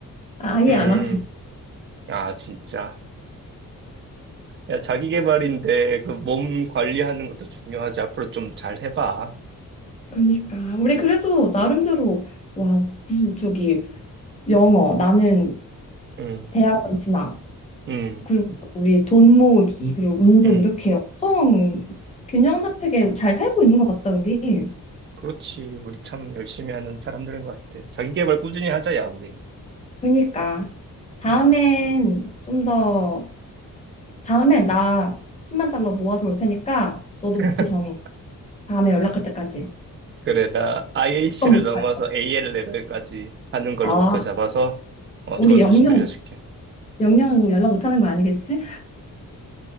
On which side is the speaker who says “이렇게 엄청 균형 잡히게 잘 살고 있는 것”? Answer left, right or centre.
Left